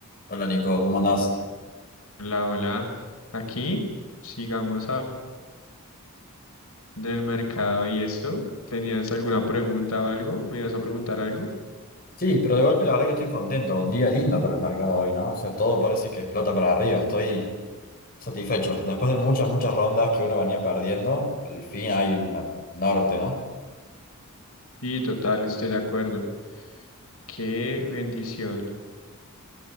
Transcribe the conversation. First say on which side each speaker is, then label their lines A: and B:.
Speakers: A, on the left; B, on the left.
A: Hola Nico, ¿cómo andás?
B: Hola, hola. Aquí sigamos a del mercado y esto. ¿Tenías alguna pregunta o algo? ¿Me ibas a preguntar algo?
A: Sí, pero de golpe la verdad que estoy contento, un día lindo para el mercado hoy, ¿no? O sea, todo parece que explota para arriba, estoy satisfecho. Después de muchas, muchas rondas que uno venía perdiendo, al fin hay un norte, ¿no?
B: Sí, total, estoy de acuerdo. Qué bendición.